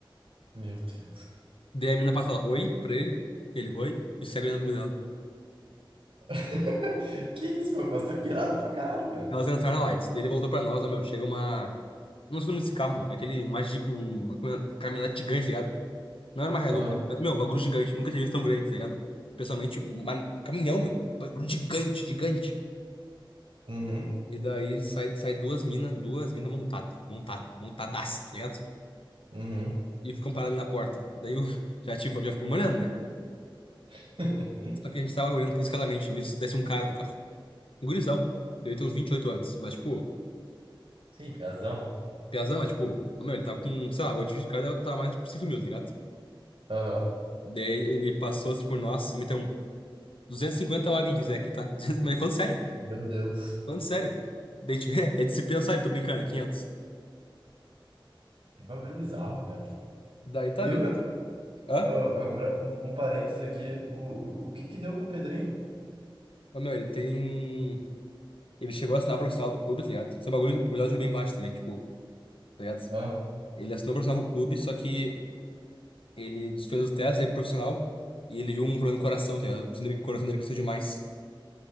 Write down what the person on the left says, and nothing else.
Daí a mina passa e fala, oi, pra ele. Ele, oi, e segue olhando pro
Elas entraram lá, e ele voltou pra nós, ó, meu, chega uma. Não sei o nome desse carro, meu. É aquele mais jeep, um- uma caminhonete caminhonete gigante, tá ligado? Não era uma
Hilux, né? meu, um bagulho gigante. Nunca tinha visto tão grande, tá ligado? Pessoalmente, uma- um caminhão, meu. um Bagulho gigante, gigante.
E daí sai, sai duas minas, duas minas montadas, montada, montada, montadaça, tá ligado?
E ficam paradas ali na porta. Daí eu <laughs> já, tive, já ficou me olhando, né?
Só que a gente tava olhando criticamente nisso, desce um cara do carro. Um gurizão. Ele tem uns 28 anos, mas tipo,
piazão, mas tipo, ó, meu, ele tava com, sei lá, o atingir do cara tava mais por 5 mil, tá ligado?
Daí ele passou assim por nós e meteu um 250 horas quem quiser aqui, tá? 200, mas falando sério,
falando sério. Daí, a gente, <laughs> é disciplina, sabe? Tô brincando, é 500.
Daí tá,
beleza.
Hã?
Ô, meu, ele tem. Ele chegou a assinar o profissional do clube, tá ligado? Esse é um bagulho do Gurial bem baixo também, tipo, tá ligado?
Ele assinou o profissional com o clube, só que ele fez os testes aí pro profissional e ele viu um problema no coração, tá ligado? O coração dele coração dele cresceu demais.